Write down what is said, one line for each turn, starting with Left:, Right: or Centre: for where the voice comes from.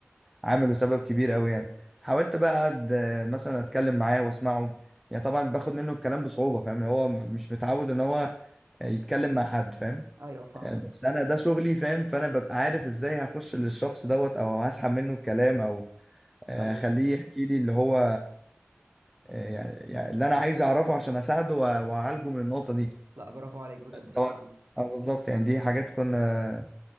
Centre: عامل وسبب كبير قوي يعني حاولت بقى اقعد آه، مثلا اتكلم معاه واسمعه يعني طبعا باخد منه الكلام بصعوبة فاهم هو م- مش متعود ان هو آه، يتكلم مع حد فاهم
Right: ايوه فاهمك
Centre: آه، بس انا ده شغلي فاهم فانا ببقى عارف ازاي هخش للشخص دوت او هسحب منه الكلام او آه،
Right: ايوه
Centre: اخليه يحكي لي اللي هو آه، يعني يعني اللي انا عايز اعرفه عشان اساعده وأ- واعالجه من النقطة دي
Right: لا برافو عليك بجد فعلا
Centre: طبعا اه بالظبط يعني دي حاجات كنا